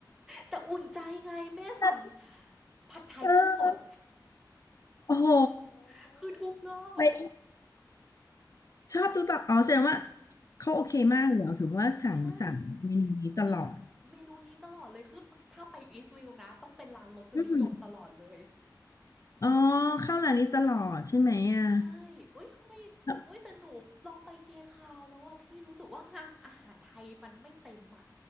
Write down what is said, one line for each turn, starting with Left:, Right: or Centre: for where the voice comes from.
Centre: แต่อุ่นใจไงแม่สั่ง
Left: ได้
Centre: ผัดไทยกุ้งสด
Left: เออโอ้โห
Centre: <laughs> คือทุกรอบ
Left: ไปชอบทุกตอนอ๋อแสดงว่าเขาโอเคมากเลยเหรอถึงว่าสั่งสั่งเมนูนี้ตลอด
Centre: ใช่คือเมนูนี้ตลอดเลยคือไปถ้าไปอีสวิลนะต้องเป็นร้านรสนิยมตลอดเลย
Left: อืมอ๋อเข้าร้านนี้ตลอดใช่ไหมอ่ะ
Centre: ใช่เอ้ยทำไม
Left: แล้ว
Centre: เอ้ยแต่หนูลองไปเกคาวแล้วอะพี่รู้สึกว่าค่ะอาหารไทยมันไม่เต็มอะ